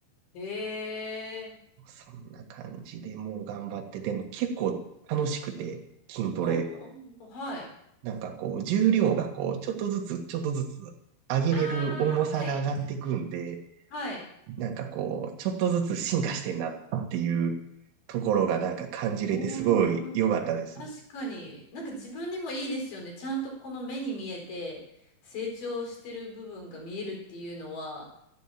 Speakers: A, on the left; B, on the right.
A: へえ。
B: そんな感じでもう頑張って、でも結構楽しくて筋トレ
A: おうおうおう、はい。
B: なんかこう、重量がこう、ちょっとずつ、ちょっとずつ上げれる重さが上がってくんで、
A: あ、ああはい。はい。
B: なんかこう、ちょっとずつ進化してんなっていうところがなんか感じれてすごい良かったです。
A: おー、確かに。なんか自分にもいいですよね。ちゃんとこの目に見えて成長してる部分が見えるっていうのは、